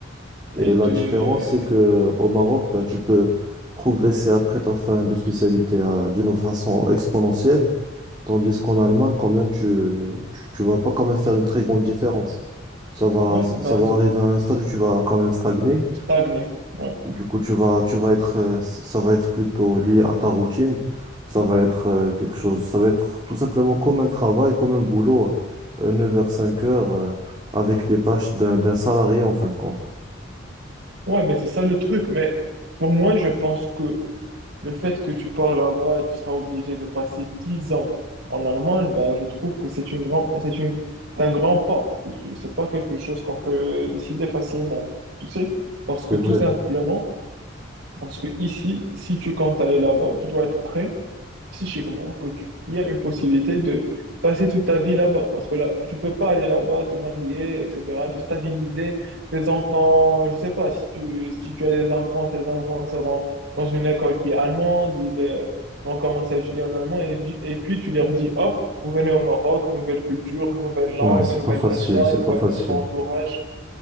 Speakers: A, on the right; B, on the right.
A: Et
B: elle
A: la
B: te...
A: différence, c'est que au Maroc, bah, tu peux progresser après ta fin de spécialité euh, d'une façon exponentielle, tandis qu'en Allemagne, quand même, tu, tu, vas pas quand même faire une très grande différence. Ça va,
B: Ouais,
A: ça
B: ben,
A: ça va
B: tu-
A: arriver à un stade où tu vas quand même stagner.
B: stagner. Ouais.
A: Du coup, tu vas, tu vas être, euh, ça va être plutôt lié à ta routine. Ça va être euh, quelque chose, ça va être tout simplement comme un travail, comme un boulot, euh, neuf heures cinq heures euh, avec des tâches d'un d'un salarié en fin de compte.
B: Ouais, mais c'est ça le truc. Mais pour moi, je pense que le fait que tu pars là-bas et tu seras obligé de passer 10 ans en Allemagne, ben, je trouve que c'est une grand... c'est une... c'est un grand pas. C'est c'est pas quelque chose qu'on peut décider facilement, tu sais? Parce
A: C'est
B: que tout
A: vrai.
B: simplement, Parce que ici, si tu comptes aller là-bas, tu dois être prêt psychiquement que tu, qu'il y a une possibilité de passer toute ta vie là-bas. Parce que là, tu peux pas aller là-bas, te marier, etc., te stabiliser, tes enfants, je sais pas, si tu, si tu as des enfants, tes enfants seront dans une école qui est allemande, ils euh, vont commencer à étudier en allemand et, di- et puis tu leur dis, hop, vous venez au Maroc, nouvelle culture, nouvelle langue,
A: Ouais, c'est
B: nouvelle
A: pas facile,
B: personne,
A: c'est
B: nouvel,
A: pas facile.
B: nouveau entourage.